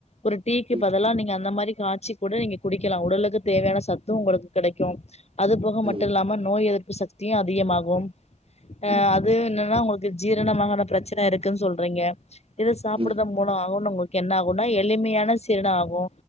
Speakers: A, on the left (about 55°); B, on the right (about 45°).
A: ஒரு டீக்கு
B: ம்
A: பதிலா நீங்க அந்த மாரி காய்சி கூட நீங்க குடிக்கலா உடலுக்கு தேவையான சத்து உங்களுக்கு கடைக்கு அதுபோக
B: ம்
A: மட்டு இல்லாம நோய் எதிர்ப்பு சக்தியு அதிகமாகு ஆ
B: ம் ம்
A: அ துவே என்னன்னா உங்களுக்கு ஜீரணமாகாத ப்ரச்சன இருக்குன்னு சொல்றீங்க இத சாப்பிடுத
B: ம் ம்
A: மூலம் அவ உங்க என்ன ஆகும்னா எளிமையான சீரன ஆகு